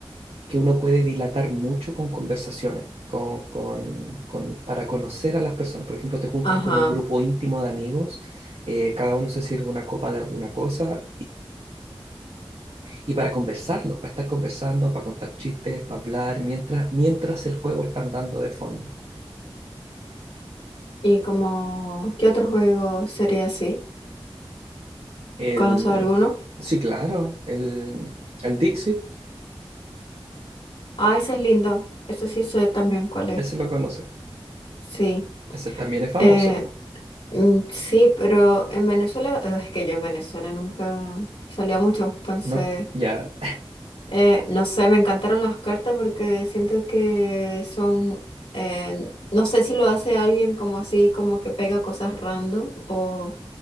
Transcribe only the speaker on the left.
Ajá.
¿Y como qué otro juego sería así?
¿Conoces alguno?
Ah, ese es lindo. Ese sí sé también cuál es.
Sí.
Eh,
mm, sí, pero en Venezuela, eh, es que yo en Venezuela nunca salía mucho, entonces,
eh, no sé, me encantaron las cartas porque siento que son, eh, no sé si lo hace alguien como así, como que pega cosas random o,